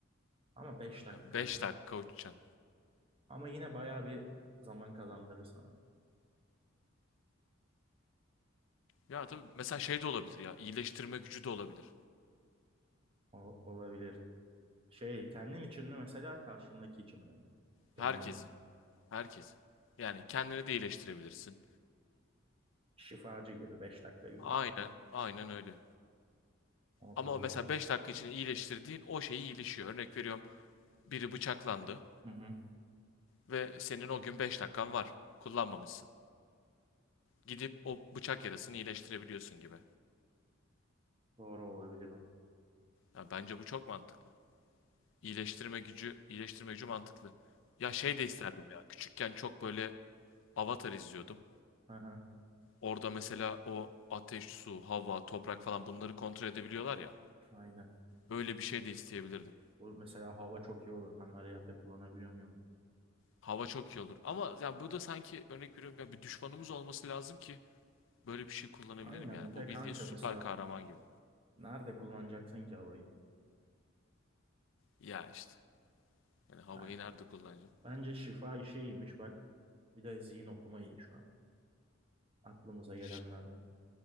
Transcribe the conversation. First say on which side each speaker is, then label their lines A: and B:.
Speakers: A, on the right; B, on the left.
A: Ama 5 dakika
B: Ya 5 dakika uçacaksın.
A: Ama yine bayağı bir zaman kazandırır sana.
B: Ya tabii mesela şey de olabilir ya iyileştirme gücü de olabilir.
A: O, olabilir. Şey kendin için mi mesela karşındaki için mi? Genelde.
B: Herkesi. Herkesi. Yani kendini de iyileştirebilirsin.
A: Şifacı gibi beş dakika günde.
B: Aynen. Aynen öyle.
A: O
B: Ama
A: da olabilir.
B: o mesela 5 dakika içinde iyileştirdiğin o şeyi iyileşiyor. Örnek veriyorum biri bıçaklandı
A: Hı hı.
B: ve senin o gün 5 dakikan var. Kullanmamışsın. Gidip o bıçak yarasını iyileştirebiliyorsun gibi.
A: Doğru olabilir o.
B: Ya bence bu çok mantıklı. İyileştirme gücü, iyileştirme gücü mantıklı. Ya şey de isterdim ya. Küçükken çok böyle Avatar izliyordum.
A: Hı hı.
B: Orada mesela o ateş, su, hava, toprak falan bunları kontrol edebiliyorlar ya.
A: Aynen.
B: Öyle bir şey de isteyebilirdim.
A: Bu mesela hava çok iyi olur. Hem her yerde kullanabiliyorsun ya onu.
B: Hava çok iyi olur. Ama ya bu da sanki örnek veriyorum ya bir düşmanımız olması lazım ki Böyle bir şey kullanabilirim
A: Aynen
B: yani.
A: bir
B: Bu
A: de kanka
B: bildiğin süper
A: mesela
B: kahraman gibi.
A: nerede kullanacaksın ki havayı?
B: Ya işte. Yani havayı
A: Ben,
B: nerede kullanacaksın?
A: bence şifa işi iyiymiş bak. Bir de zihin okuma iyi şu an. Aklımıza gelenlerden.
B: Ş-